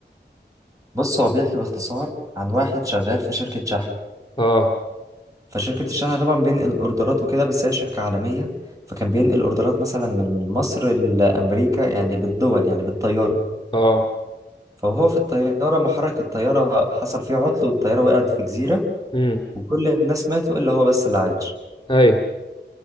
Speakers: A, on the right; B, on the left.
A: بص هو بيحكي باختصار عن واحد شغال في شركه شحن
B: اه
A: فشركه الشحن طبعا بينقل اوردرات وكده بس هي شركه عالميه فكان بينقل اوردرات مثلا من مصر لامريكا يعني بالدول يعني بالطياره
B: اه
A: فهو في الطياره محرك الطياره حصل فيه عطل والطياره وقعت في جزيره
B: امم
A: وكل الناس ماتوا الا هو بس اللي عاش
B: ايوه